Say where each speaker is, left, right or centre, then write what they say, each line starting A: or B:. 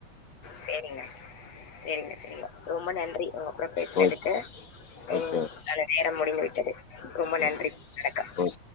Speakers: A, on the left; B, on the left.
A: சேரிங்க சேரிங்க சேரிங்க ரொம்ப நன்றி உங்க கூட பேசுனதுக்கு
B: ஓகே
A: உம்
B: ஓகே
A: நல்ல நேரம் முடிந்து விட்டது ரொம்ப
B: ஓ
A: நன்றி வணக்க
B: ஓ